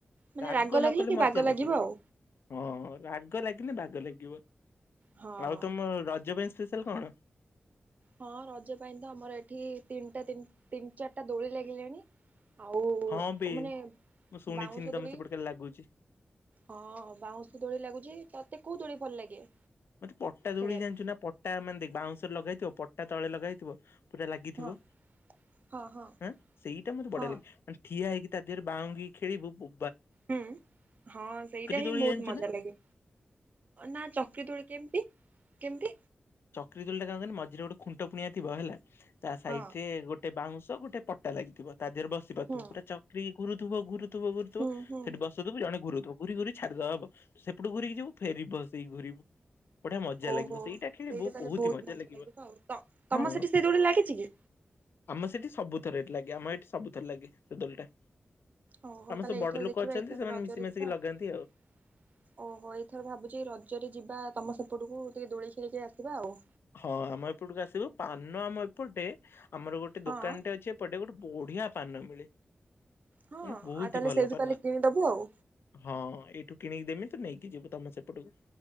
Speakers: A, on the right; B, on the left.
A: ମାନେ
B: ରାଗ
A: ଲାଗିଲେ
B: ନ କଲେ
A: କି
B: ମଜା
A: ବାଗ
B: ଲାଗିବ।
A: ଆଉ
B: ହଁ ରାଗ ଲାଗିଲେ ବାଗ ଲାଗିବ।
A: ହଁ।
B: ଆଉ ତମ ରଜ ପାଇଁ ସ୍ପେସିଆଲ କଣ?
A: ହଁ ରଜ ପାଇଁ ତ ଆମର ଏଠି ତିନିଟା ତିନି ଚାରିଟା ଦୋଳି ଲାଗିଲାଣି। ଆଉ
B: ହଁ ବେ
A: ମାନେ
B: ମୁଁ ଶୁଣିଥିଲି
A: ବାଉଁଶ
B: ତମ
A: ଦୋଳି
B: ସେପଟେ କାଳେ ଲାଗୁଛି।
A: ହଁ ବାଉଁଶ ଦୋଳି ଲାଗୁଛି ତତେ କୋଉ ଦୋଳି ଭଲ ଲାଗେ।
B: ମତେ ପଟା ଦୋଳି
A: ଖେଳିବା
B: ଜାଣିଛୁ
A: ପାଇଁ?
B: ନା ପଟା ମାନେ ଦେଖ ବାଉଁଶରେ ଲଗା ହେଇଥିବ ପଟା ତଳେ ଲଗାହେଇଥିବ। ପୁରା ଲାଗିଥିବ
A: ହଁ ହଁ ହଁ
B: ଉ ସେଇଟା ମତେ
A: ହଁ
B: ବଢିଆ ଲାଗେ ମାନେ ଠିଆ ହେଇକି ତେ ବାଉଙ୍ଗୀ ଖେଳିବୁବୁ
A: ହୁଁ ହଁ ସେଇଟା ହିଁ
B: ଦୋଳି
A: ବହୁତ
B: ଜାଣିଛୁ
A: ମଜା
B: ନା
A: ଲାଗେ ନା ଚକ୍ରି ଦୋଳି କେମିତି? କେମିତି
B: ଚକ୍ରି ଦୋଳିଟା କଣ ମ ଯୋଉଥିଏ ଗୋଟେ ଖୁଣ୍ଟ ପୁଣିଆ ଥିବ ହେଲା। ତା ସାଇଡ
A: ହଁ
B: ରେ ଗୋଟେ ବାଉଁଶ ତ ଗୋଟେ ପଟା ଲାଗିଥିବ। ତା ଦେହରେ ବସି ପାରୁଥିବ
A: ହୁଁ
B: ପୁରା ଚକ୍ରି ଘୁରୁଥିବ ଘୁରୁ ଘୁରୁ ଥିବ ଘୁରୁ ଥିବ
A: ହୁଁ
B: ସେଠି ବସୁଥିବୁ ଜଣେ ଘୁରୁ ଥି ତ ଘୁୁରି ଘୁରି ଛାଡିଦବ ସେପଟୁ ଘୁରିକି ଯିବୁ ଫେରି ସେଇି ଘୁୁରିବୁ ବଢିଆ ମଜା ଲାଗିବ
A: ଓହୋ
B: ସେଇଟା ଆକଚୁଆଲି ବହୁତି
A: ତାହେଲେ ବହୁତ
B: ହି ମଜା ଲାଗିବ
A: ଆଉ ତ ତମ
B: ହଁ
A: ସେଠି ସେଇ ଦୋଳି ଲାଗିଛି କି?
B: ଆମ ସେଠି ସବୁ <unintelligible> ଏ ଲାଗି ଆମ ଏଠି ସବୁଥର ଲାଗିଛି ସେ ଦୋଳିଟା।
A: ଓହୋ
B: ଆମ
A: ତାହେଲେ
B: ସବୁ
A: ଏଇଥର
B: ବଡ ଲୋକ
A: ଦେଖିବା
B: ଅଛନ୍ତି
A: ଏଇଥର
B: ସେମାନେ
A: ରଜରେ
B: ମିଶି ମାଶିକି
A: ଯିବା ଆଉ
B: ଲଗାନ୍ତି
A: ଓହୋ ଏଇଥର ଭାବୁଛି ରଜରେ ଯିବା ତୁମ ସେପଟକୁ ଟିକେ ଦୋଳି ଖେଳିକି ଆସିବା ଆଉ।
B: ହଁ ଆମ ଏପଟକୁ ଆସିବୁ ପାନ ଆମ ଏପଟେ ଆମର ଗୋଟେ
A: ହଁ
B: ଦୋକାନଟେ ଅଛି ଏପଟେ ଗୋଟେ ବଢିଆ ପା ପାନ ମିଳେ।
A: ହଁ
B: ମାନେ ବୋହୁତି
A: ଆଉ ତାହେଲେ
B: ଭଲ
A: ସେଇଠୁ
B: ପାନ
A: ତାହେଲେ କିଣିଦବୁ ଆଉ।
B: ହଁ ଏଇଠୁ କିଣିକି ଦେମି ତୁ ନେଇ କି ଯିବି ତମ ସେପଟୁକୁ।